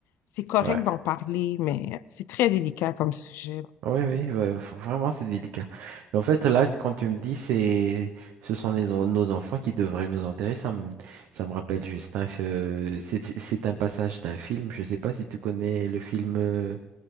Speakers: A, on the left; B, on the right.
A: c'est correct
B: ouais.
A: d'en parler, mais c'est très délicat comme sujet.
B: Oui, oui,
A: Ouais.
B: ouais, f- vraiment, c'est délicat. Mais en fait, là, quand tu me dis, c'est, ce sont les en- nos enfants qui devraient nous enterrer, ça me, ça me rappelle juste un, f- euh, c'est c'est c'est un passage d'un film. Je ne sais pas si tu connais le film euh,